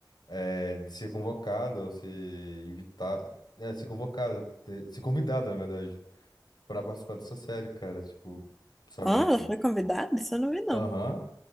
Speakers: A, on the left; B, in the centre.
A: É, de ser convocada ou ser invitada. É, ser convocada, ter- ser convidada, na verdade, pra participar dessa série, cara. Tipo, sabe,
B: Ah,
A: tipo.
B: ela foi convidada? Isso eu não vi, não.
A: Aham.